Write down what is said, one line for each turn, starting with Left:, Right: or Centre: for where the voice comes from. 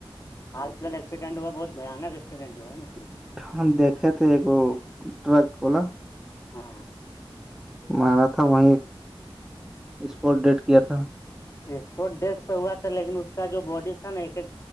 Left: آج کل ایکسیڈنٹ ہوا بہت بانک ایکسیڈینٹ ہوا نا اس میں
Centre: ہم دیکھے تھے اگو ٹرک واللا
Left: ہاں
Centre: مارا تھا وہیں ایک اسپورٹ ڈیٹ کیا تھا
Left: ایکپورٹ ڈیھ پہ ہوا تھا لیکن اس کا جو باڈی تھا نا ایک ایک